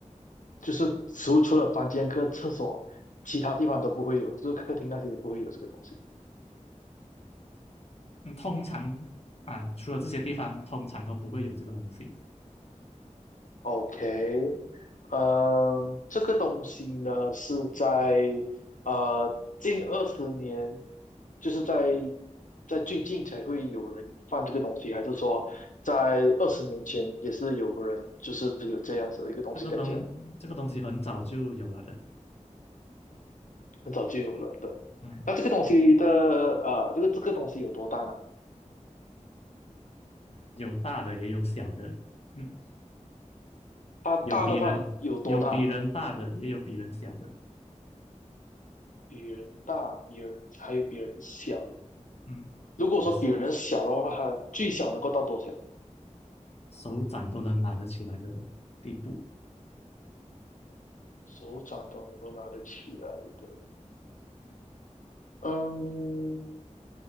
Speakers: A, on the left (about 85°); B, on the left (about 55°).
A: 就是除除了房间跟厕所，其他地方都不会有，就是客厅那些也不会有这个东西。
B: 嗯，通常啊，除了这些地方，通常都不会有这个东西。
A: OK，嗯，这个东西呢是在呃近二十年就是在在最近才会有人放这个东西，还是说在二十年前也是有人就是有这样子的一个东西在家，
B: 这个东这个东西很早就有了的，
A: 很早就有了的。
B: 嗯，
A: 那这个东西的呃，这个这个东西有多大呢？
B: 有大的也有小的，嗯，
A: 它大的话有多大？
B: 有比人有比人大的，也有比人小的，
A: 比人大，比人还有比人小。
B: 嗯，
A: 如果说比人小的话，
B: 有是
A: 它最小能够到多小？
B: 手掌都能拿得起来的地步。
A: 手掌都能够拿得起来的。嗯，